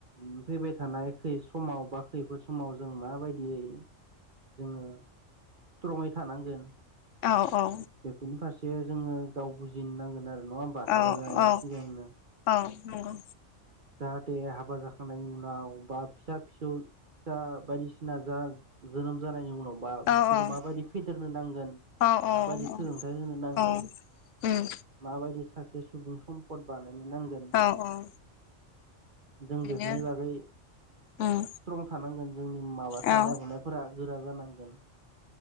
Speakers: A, on the right; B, on the left.
A: मो फैबाय थानाय खै समाव। बा खैफोद समाव जों माबायदियै जोङो। स्ट्रंगङै थानांगोन
B: औ औ
A: बेफोरनि फारसे जोङो गाव बुजिनोनांगोन आरो। नङा होम्बा हाबा
B: औ
A: जानायनि
B: औ
A: सिगांनो।
B: औ नंगौ।
A: जाहाथे हाबा जाखांनायनि उनाव बा फिसा-फिसौ। फिसा बायदिसिना जा जोनोम जानायनि उनाव। बा
B: औ
A: बिसोरखौ
B: औ
A: माबायदि फेदेरनो नांगोन
B: औ
A: माबायदि
B: औ
A: सोलोंथाइ होनो नांगोन।
B: औ उम
A: माबायदि सासे सुबुं सम्पद बानायनो नांगोन।
B: औ औ
A: जों
B: बेनो
A: बेफोरनि बागै
B: उम
A: स्ट्रंग थानांगोन जोंनि माबा साननाय
B: औ
A: हनायफोरा। गोरा जानांगोन